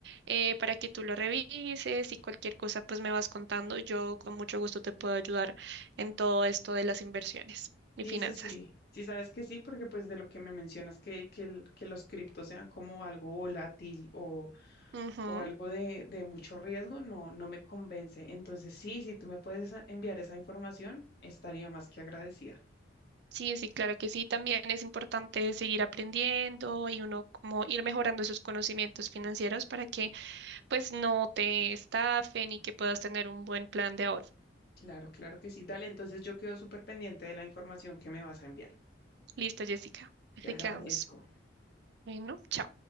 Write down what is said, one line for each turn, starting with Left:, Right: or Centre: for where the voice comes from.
Right: eh, para que tú lo revises y cualquier cosa, pues me vas contando. Yo con mucho gusto te puedo ayudar en todo esto de las inversiones y
Left: Sí,
Right: finanzas.
Left: sí, sí. Sí, sabes que sí, porque pues de lo que me mencionas, que, que, el- que los criptos sean como algo volátil o,
Right: Ujú.
Left: o algo de, de mucho riesgo, no, no me convence. Entonces, sí, si tú me puedes a- enviar esa información, estaría más que agradecida.
Right: Sí, sí, claro que sí. También es importante seguir aprendiendo y uno como ir mejorando esos conocimientos financieros para que pues no te estafen y que puedas tener un buen plan de ahorro.
Left: Claro, claro que sí. Dale, entonces yo quedo súper pendiente de la información que me vas a enviar.
Right: Listo, Jessica. Así
Left: Te agradezco.
Right: quedamos. Bueno, chao.